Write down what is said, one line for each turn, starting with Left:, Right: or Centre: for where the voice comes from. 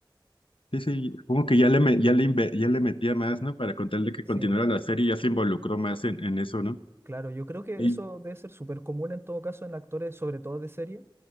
Left: Sí, sí, como que ya le, me- ya le, inve- ya le metía más, ¿no? Para contarle que
Right: Sí.
Left: continuara la serie, ya se involucró más en, en eso, ¿no?
Right: Claro, yo creo que
Left: Y,
Right: eso debe ser súper común en todo caso en actores, sobre todo de serie,